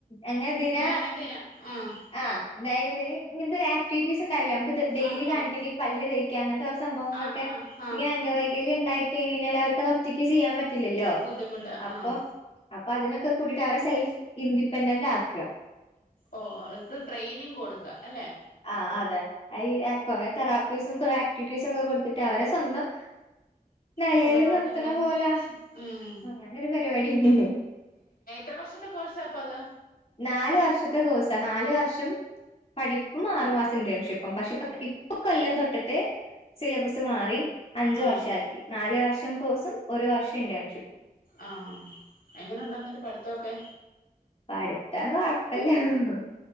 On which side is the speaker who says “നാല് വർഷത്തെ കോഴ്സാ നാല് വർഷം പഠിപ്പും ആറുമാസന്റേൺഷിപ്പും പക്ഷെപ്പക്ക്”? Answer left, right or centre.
Left